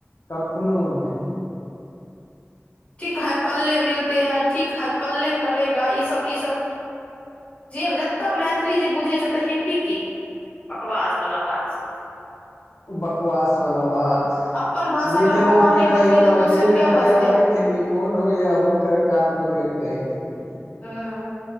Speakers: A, on the left; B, on the left.
A: कखनो नहि
B: ठीक है क्ले मिलते है ठीक है क्ले करेगा ई सब ई सब जे जतय मैथिली जे बुझै छै ओतऽ हिन्दी की बकवास वाला बात
A: बकवास वाला बात
B: अपन भाषा
A: मिथिला
B: अगर हम अहाँ
A: मे
B: नहि
A: रहि
B: बजबै
A: कऽ
B: तऽ दोसर
A: जे नहि
B: के
A: बाजए
B: बजतै
A: मेथिली मोन होइया हुनकर कान पकड़ि कऽ आइठ ली
B: हाँ